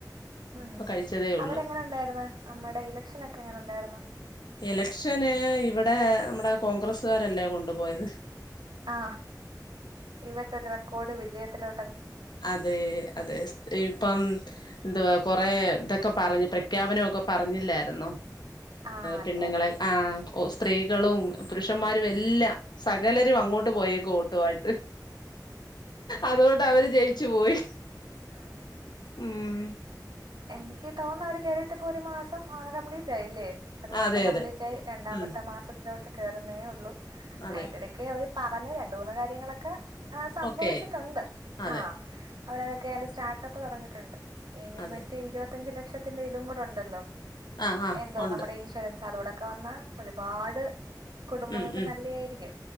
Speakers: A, on the right; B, on the left.
A: ഉം
B: ഇപ്പൊ കഴിച്ചതേ ഉള്ളു
A: അവിടെ എങ്ങനൊണ്ടാര്ന്ന നമ്മുടെ ഇലക്ഷൻ ഒ ക്കെ എങ്ങനെ ഒണ്ടാരുന്നു
B: എലക്ഷന് ഇവിടെ മ്മടെ കോൺഗ്രസുകാരല്ലേ കൊണ്ടുപോയത്
A: ആ ഇവിട്ടരു റെക്കോർഡ് വിജയത്തിലോ
B: അതെ അതെ ഇപ്പം എന്തുവാ കൊറെ ഇതക്ക പറഞ് പ്രഖ്യാപനമൊക്കെ പറഞ്ഞില്ലാരുന്നോ
A: ആ അതെ
B: പെണ്ണുങ്ങളെ
A: അതെ
B: ആ സ്ത്രീ കളും പുരുഷന്മാരും എല്ലാം സകലരും അങ്ങോട്ട് പോയേക്ക ഓട്ടുവായിട്ട് അതുകൊണ്ട് അവര് ജയിച്ചു പോയി
A: ആ
B: ഉം
A: എനിക്ക് തോന്ന അവര് കേറിട്ട് ഇപ്പൊ ഒരു മാസം ആ കംപ്ലീറ്റ് ആയില്ലേ ഒരു മാസം
B: അതെ
A: കംപ്ലീറ്റ്
B: അതെ
A: ആയി രണ്ടാമത്തെ
B: ഉം
A: മാസത്തിലോട്ട് കേറുന്നേ ഉള്ളൂ
B: അതെ
A: അയിന്റെടക്ക് അവര് പറഞ്ഞ രണ്ടുന്ന് കാര്യങ്ങളൊക്കെ ആ സംഭവിച്ചിട്ടുണ്ട്
B: ഓക്കെ ആയി അതെ
A: ആ അവരതൊക്കെ ന്റെ സ്റ്റാർട്ടപ്പ് തുടങ്ങിയിട്ടുണ്ട് ഇനി
B: അതെ
A: മറ്റേ ഇരുപത്തഞ്ച് ലക്ഷത്തിന്റെ ഇതും കൂടെ ഉണ്ടല്ലോ
B: ആഹ് ആഹ്
A: എന്തോ
B: ഉണ്ട്
A: നമ്മുടെ ഇൻഷുറൻസ് അതോടെ ക്ക വന്ന ഒരുപാട് കുടുംബങ്ങൾക്ക്
B: ഉം ഉം
A: നല്ലയായിരിക്കും